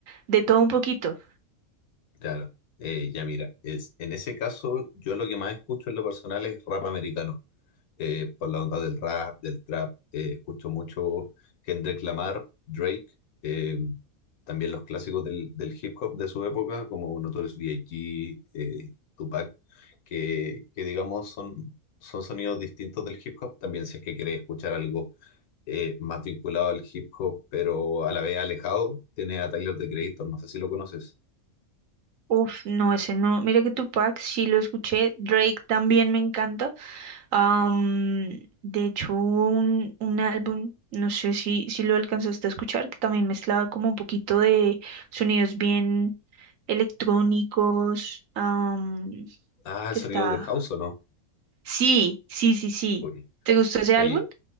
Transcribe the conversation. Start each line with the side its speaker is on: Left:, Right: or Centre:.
Right: de todo un poquito.
Left: Claro. Eh, ya, mira, es, en ese caso, yo lo que más escucho en lo personal es rap americano. eh, por la onda del rap, del trap. Eh, escucho mucho Kendrick Lamar, Drake, eh, también los clásicos del, del hip hop de su época, como Notorious B.I.G., eh, Tupac, que, que digamos son, son sonidos distintos del hip hop. También si es que querés escuchar algo eh, más vinculado al hip hop, pero a la vez alejado, tiene a Tyler, The Creator, no sé si lo conoces.
Right: Uf, no, ese no. Mira que Tupac sí lo escuché. Drake también me encanta. Am, de hecho, hubo un, un álbum, no sé si, si lo alcanzaste a escuchar, que también mezclaba como un poquito de sonidos bien electrónicos. am,
Left: Ah, el
Right: que
Left: sonido
Right: está.
Left: de House o no.
Right: Sí, sí, sí, sí.
Left: Uy.
Right: ¿Te gustó ese
Left: Oye,
Right: álbum?